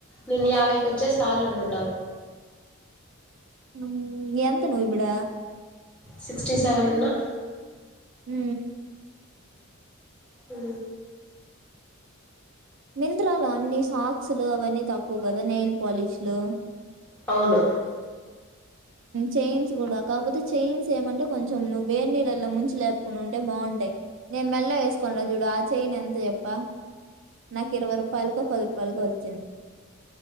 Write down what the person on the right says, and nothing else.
ఉమ్ ఎంత నువ్వు ఇప్పుడ
మ్
నింత్రాలు అన్ని సాక్స్లు అవన్నీ తక్కువ కదా నెయిల్ పాలిష్లు
చైన్స్ కూడా కాకపోతే చైయిన్స్ ఏమంటే కొంచెం నువ్వు వేర్ నీళ్ళలో ముంచి లేపుకుండా ఉంటే బాగుంటాయి నేను మెల్ల వేసుకోను చూడు ఆ చెయని ఎంత చెప్ప నాకు ఇరవై రూపాయలుగా పది రూపాయలుగా వచ్చింది